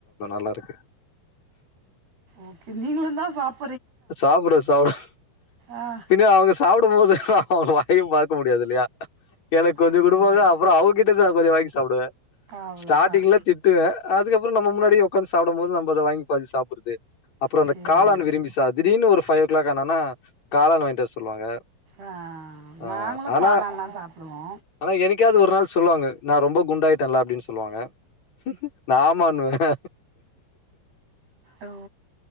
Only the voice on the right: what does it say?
ஓகே நீங்களுந்தா சாப்
ஆ.
ஆமா
ஆமா
அவ்ளோதான்
சேரி
ஆ
நாங்களு
காளான்லா சாப்டுவோ
ஓ